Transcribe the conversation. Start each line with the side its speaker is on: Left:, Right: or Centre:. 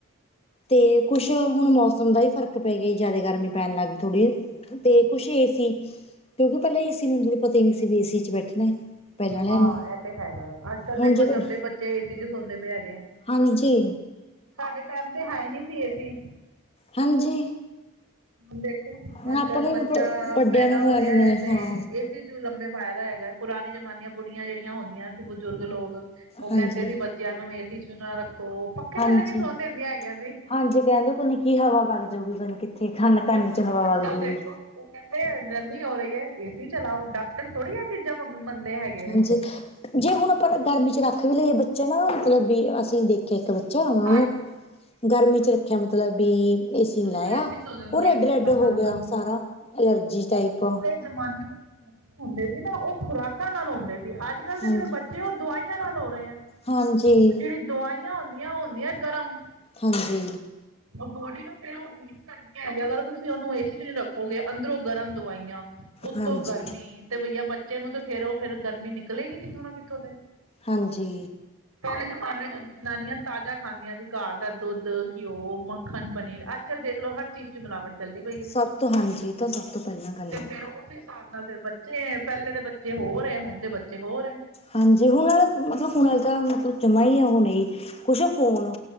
Left: ਤੇ ਕੁੱਛ ਹੁਣ ਮੌਸਮ ਦਾ ਹੀ ਫ਼ਰਕ ਪੈ ਗਿਆ ਜਿਆਦਾ ਗਰਮੀ। ਪੈਣ ਲੱਗ ਗਈ ਥੋੜੀ ਤੇ ਕੁੱਛ ਏ ਸੀ ਕਿਉਂਕਿ ਪਹਿਲਾਂ ਏ ਸੀ ਨੀ ਪਤਾ ਹੀ ਨੀ ਸੀ ਵੀ ਏ ਸੀ 'ਚ ਬੈਠਣਾ। ਪਹਿਲਾਂ ਵਾਲਿਆਂ
Right: ਹਾਂ
Left: ਨੂੰ
Right: ਐ ਤੇ ਹੈਗਾ, ਅੱਜ -ਕੱਲ
Left: ਹੁਣ
Right: ਦੇਖੋ
Left: ਜਦੋਂ
Right: ਜੰਮਦੇ ਬੱਚੇ ਏ ਸੀ ਚ ਸੌਦੇ ਪਏ ਹੈਗੇ ਆ।
Left: ਹਾਂਜੀ।
Right: ਸਾਡੇ ਟਾਈਮ ਤੇ ਹੈ ਹੀ ਨਹੀਂ ਸੀ ਏ ਸੀ।
Left: ਹਾਂਜੀ।
Right: ਹੁਣ ਦੇਖੋ
Left: ਹੁਣ
Right: ਅੱਜ-
Left: ਆਪਾਂ
Right: ਕੱਲ
Left: ਨੂੰ
Right: ਬੱਚਾ,
Left: ਵੀ ਵੱਡਿਆਂ
Right: ਪੈਦਾ
Left: ਨੂੰ
Right: ਹੋ
Left: ਹੋਇਆ
Right: ਰਿਹਾ
Left: ਨੂੰ ਮਿਲੇ
Right: ਹੈ ਤੇ
Left: ਹਾਂ
Right: ਏ ਲੰਬੇ ਪਾਏ ਦਾ ਹੈਗਾ ਏ, ਪੁਰਾਣੀ ਜਮਾਨੇ ਬੁੜੀਆਂ ਜਿਹੜੀਆਂ ਹੁੰਦੀਆਂ ਸੀ, ਬਜ਼ੁਰਗ ਲੋਕ ਉਹ
Left: ਹਾਂਜੀ
Right: ਕਹਿੰਦੇ ਸੀ ਬੱਚਿਆਂ ਨੂੰ ਏ ਸੀ 'ਚ ਨਾ ਰੱਖੋ, ਪੱਖੇ
Left: ਹਾਂਜੀ
Right: ਥੱਲੇ ਨੀ ਸੋਣ ਦਿੰਦੀਆਂ ਹੈਗੀਆਂ ਸੀ।
Left: ਹਾਂਜੀ ਕਹਿੰਦੇ ਪਤਾ ਕੀ ਹਵਾ ਵੱਗ ਜਾਊਗੀ, ਪਤਾ ਕਿੱਥੇ ਖੰਨ ਕੰਨ
Right: ਬਟ
Left: ਚ
Right: ਔਰ
Left: ਹਵਾ
Right: ਅੱਜ
Left: ਵੱਗ
Right: ਕੱਲ੍ਹ
Left: ਜੂਗੀ।
Right: ਦੇਖੋ ਉਹ ਕਹਿੰਦੇ ਗਰਮੀ ਹੋ ਰਹੀ ਏ, ਏ ਸੀ ਚਲਾਓ, ਡਾਕਟਰ ਥੋੜੀ ਐ ਚੀਜ਼ਾਂ ਮੰਨਦੇ ਹੈਗੇ। ਆ
Left: ਹਾਂਜੀ, ਜੇ ਹੁਣ ਆਪਾਂ ਗਰਮੀ ਚ ਰੱਖ ਵੀ ਲਈਏ ਬੱਚਾ ਨਾ ਹੁਣ ਤੇ ਬੀ ਅਸੀਂ ਦੇਖੇ ਇੱਕ ਬੱ ਚਾ ਹੁਣ ਓਨੂੰ
Right: ਹਾਂਜੀ
Left: ਗਰਮੀ ਚ ਰੱਖਿਆ ਮਤਲਬ ਬੀ ਏ ਸੀ
Right: ਉਹਨਾਂ
Left: ਨੀ ਲਾਇਆ,
Right: ਨੂੰ ਰੈਸ਼ਿਸ ਹੋ ਜਾਂਦੇ
Left: ਓ ਰੈਡ
Right: ਹੈਗੇ
Left: -ਰੈਡ
Right: ਉਹਨਾਂ
Left: ਹੋ
Right: ਨੂੰ
Left: ਗਿਆ
Right: ਗਮ
Left: ਸਾਰਾ, ਅਲਰਜੀ ਟਾਈਪ।
Right: ਜ਼ਮਾਨੇ ਚ ਬੱਚੇ ਹੁੰਦੇ ਸੀ ਨਾ, ਉਹ ਖੁਰਾਕਾਂ ਨਾਲ ਹੁੰਦੇ ਸੀ। ਅੱਜ
Left: ਹਾਂਜੀ
Right: ਕੱਲ ਦੇ ਜਿਹੜੇ ਬੱਚੇ ਆ, ਉਹ ਦਵਾਈਆਂ ਨਾਲ ਹੋ ਰਹੇ ਆ,
Left: ਹਾਂਜੀ
Right: ਉਹ ਜਿਹੜੀ ਦਵਾਈ ਹੁੰਦੀਆਂ- ਹੁੰਦੀਆਂ ਗਰਮ।
Left: ਹਾਂਜੀ।
Right: ਬੋਡੀ ਨੂੰ ਫੇਰ ਉਹ ਹੀਟ ਕਰਦੀਆਂ ਹੈ ਅਗਰ, ਤੁਸੀਂ ਉਹਨੂੰ ਏ ਸੀ ਚ ਨੀ ਰੱਖੋਗੇ, ਅੰਦਰੋਂ ਗਰਮ ਦਵਾਈਆਂ ਉੱਤੋਂ
Left: ਹਾਂਜੀ
Right: ਗਰਮੀ ਤੇ ਬਈਆ ਬੱਚੇ ਨੂੰ ਤੇ ਫਿਰ ਓ ਫਿਰ ਗਰਮੀ ਨਿਕਲੇਗੀ ਕਿੱਥੋਂ ਨਾ ਕਿੱਥੋਂ ਤੇ
Left: ਹਾਂਜੀ
Right: ਪੈਲੇ ਜ਼ਮਾਨੇ ਵਿੱਚ ਜਨਾਨੀਆਂ ਤਾਜ਼ਾ ਖਾਂਦੀਆਂ ਸੀ ਘਰ ਦਾ ਦੁੱਧ ਘਿਓ ਮੱਖਣ ਪਨੀਰ ਅੱਜ ਕੱਲ ਦੇਖਲੋ ਹਰ ਚੀਜ਼ 'ਚ ਮਿਲਾਵਟ ਚੱਲਦੀ ਪਈ ਹੈ
Left: ਸਭ ਤੋਂ ਹਾਂਜੀ ਤਾਂ ਸਭ ਪੈਲਾਂ ਗੱਲ
Right: ਤੇ
Left: ਕਰਨੀ।
Right: ਫੇਰ ਉਸ ਹਿਸਾਬ ਨਾਲ ਬੱਚੇ ਐ‌ ਪੈਲੇ ਦੇ ਬੱਚੇ ਹੋਰ ਏ ਹੁਣ ਦੇ ਬੱਚੇ ਹੋਰ ਏ।
Left: ਹਾਂਜੀ ਹੁਣ ਮਤਲਬ ਹੁਣ ਵਾਲੇ ਤਾਂ ਮਤਲਬ ਜਮਾ ਈ ਆ ਓ ਨਈ ਕੁਛ ਫੋਨ